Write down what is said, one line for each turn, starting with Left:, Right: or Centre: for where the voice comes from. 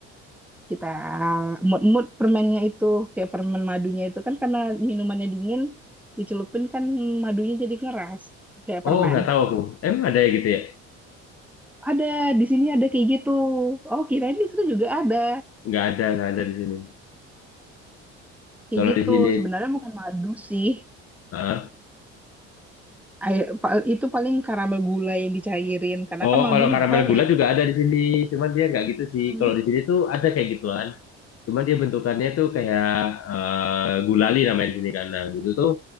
Centre: kita mut-mut permennya itu kayak permen madunya itu kan karena minumannya dingin dicelupin kan madunya jadi ngeras kayak permen
Left: Oh, nggak tahu aku. Emang ada ya gitu ya?
Centre: ada di sini ada kayak gitu oh kirain di sana juga ada
Left: Nggak ada, nggak ada di sini.
Centre: Kayak
Left: Kalau
Centre: gitu.
Left: di sini
Centre: Sebenarnya bukan madu sih.
Left: Hah?
Centre: Air- pa- itu paling karamel gula yang dicairin. Karena
Left: Oh,
Centre: kan madu
Left: kalau karamel
Centre: mahal
Left: gula
Centre: ya.
Left: juga ada di sini. Cuman dia nggak gitu sih.
Centre: Mm.
Left: Kalau di sini tuh ada kayak gituan. Cuman dia bentukannya tuh kayak eh, gulali namanya di sini kan. Nah, gitu tuh